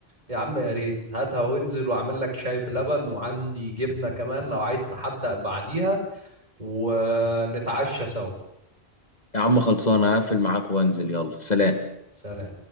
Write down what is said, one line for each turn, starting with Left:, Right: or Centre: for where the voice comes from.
Right: يا عم يا ريت هاتها وانزل واعمل لك شاي بلبن وعندي جبنة كمان لو عايز تحدق بعديها ونتعشى سوا
Left: يا عم خلصانه هقفل معاك وانزل يلا سلام
Right: سلام